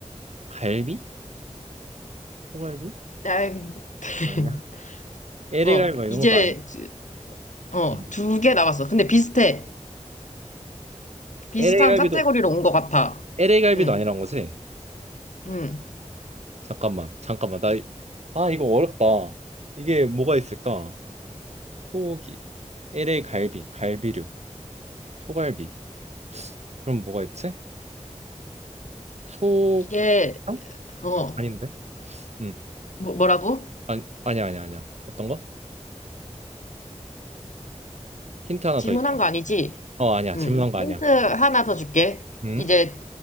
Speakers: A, on the right; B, on the left.
A: 갈비? 소갈비?
B: 난, <laughs>
A: 아니야 LA갈비
B: 어,
A: 막 이런
B: 이제,
A: 것도 아니야
B: 어,
A: 음.
B: 두 개 남았어. 근데 비슷해. 비슷한
A: LA갈비도
B: 카테고리로 온 것 같아.
A: LA갈비도
B: 응,
A: 아니란 거지?
B: 응.
A: 잠깐만 잠깐만 나 이- 아 이거 어렵다 이게 뭐가 있을까? 소고기 LA갈비 갈비류 소갈비 그럼 뭐가 있지? 소
B: 이게,
A: 어?
B: 어, 어,
A: 아닌데? 음.
B: 뭐, 뭐라고?
A: 아니, 아니야, 아니야, 아니야. 어떤 거? 힌트 하나
B: 질문한
A: 더 있어?
B: 거 아니지?
A: 어, 아니야.
B: 응.
A: 질문한 거
B: 힌트
A: 아니야.
B: 하나 더 줄게.
A: 응?
B: 이제